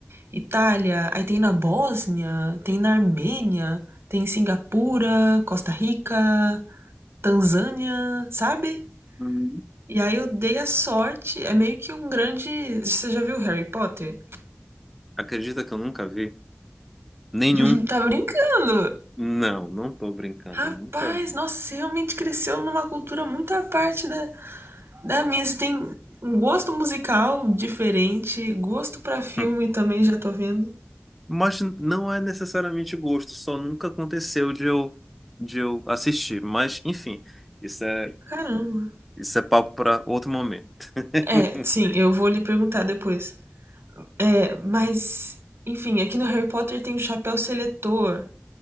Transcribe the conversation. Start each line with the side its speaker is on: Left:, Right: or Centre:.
Right: Itália, aí tem na Bósnia, tem na Armênia, tem em Singapura, Costa Rica, Tanzânia, sabe?
Centre: Uhum.
Right: E aí eu dei a sorte, é meio que um grande. Você já viu Harry Potter?
Centre: Acredita que eu nunca vi? Nenhum.
Right: <laughs> Tá brincando?
Centre: Não, não tô brincando,
Right: Rapaz,
Centre: eu nunca vi.
Right: nossa, você realmente cresceu numa cultura muito à parte da, Davi, você tem um gosto musical diferente, gosto pra filme
Centre: Hum.
Right: também já tô vendo.
Centre: Mas não é necessariamente gosto, só nunca aconteceu de eu, de eu assistir. Mas, enfim, isso é
Right: Caramba.
Centre: Isso é papo para outro momento. <laughs>
Right: É, sim, eu vou lhe perguntar depois. É, mas, enfim, aqui no Harry Potter tem o chapéu seletor,